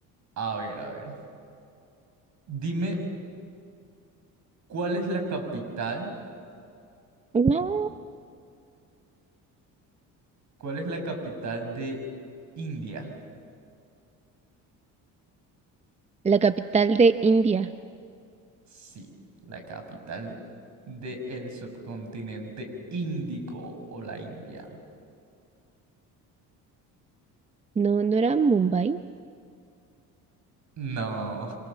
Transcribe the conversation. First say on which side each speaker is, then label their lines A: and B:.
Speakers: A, on the right (about 55°); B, on the right (about 20°).
A: A ver, a ver. Dime, ¿cuál es la capital?
B: No.
A: ¿Cuál es la capital de India?
B: La capital de India.
A: Sí, la capital del subcontinente índico o la India.
B: No, no era Mumbai.
A: No,